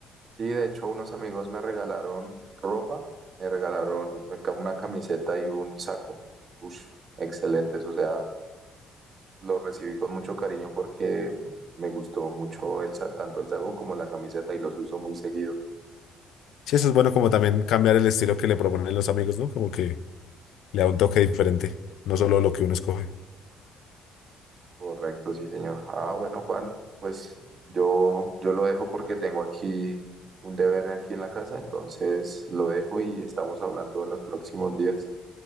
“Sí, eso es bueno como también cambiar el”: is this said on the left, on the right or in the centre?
Left